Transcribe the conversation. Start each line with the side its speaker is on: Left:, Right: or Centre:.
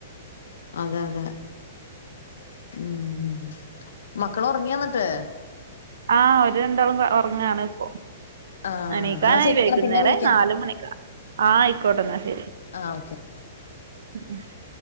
Left: അതാ അതാ ഉം മക്കൾ ഉറങ്ങി എന്നിട്ട്
Right: ആഹ് അവര് രണ്ടോളം ഉറങ്ങാണ് ഇപ്പോ
Left: ആ
Right: എണിക്കാനായി
Left: എന്നാ ശരി
Right: വൈകുന്നേരം
Left: എന്നാ പിന്നെ വിളിക്കാം
Right: നാല് മണിക്ക ആ ആയിക്കോട്ടെ എന്നാ ശരി
Left: ആ ഓക്കെ
Right: <unintelligible>